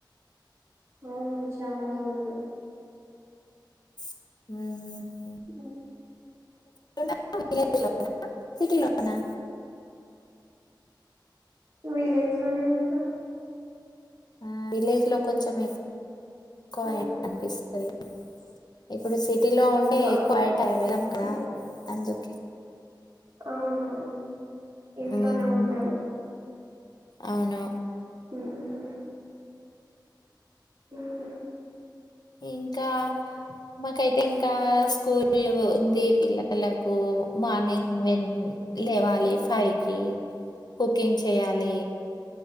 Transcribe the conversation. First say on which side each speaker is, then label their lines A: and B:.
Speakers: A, on the right; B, on the left.
A: అవును చాలా ఉంది
B: హ్మ్ హు
A: అ
B: <inaudible> సిటీలోనా
A: విలేజ్ లోనే ఉంటాం
B: ఆ విలేజ్ లో కొంచం ఎక్కువ
A: ఉమ్,
B: ఎండ అనిపిస్తది ఇప్పుడు సిటీలో ఉంటే
A: అవును
B: ఎక్కువ బయట వెళ్ళాం కదా
A: సి-
B: అందుకే
A: అవును ఇంట్లోనే
B: మ్మ్
A: ఉంటారు
B: అవును
A: హ్మ్ హ్మ్
B: ఇంకా మాకైతే ఇంకా స్కూల్ ఉంది పిల్లల కు మార్నింగ్ వెన్ లేవాలి ఫైవ్ కి కుకింగ్ చేయాలి